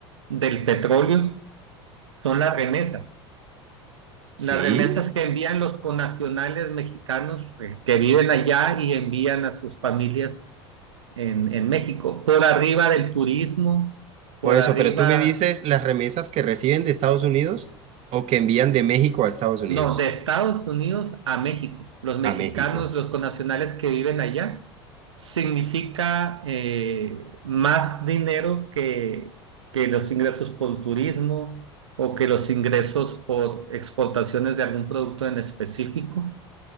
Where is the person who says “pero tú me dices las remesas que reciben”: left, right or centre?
Right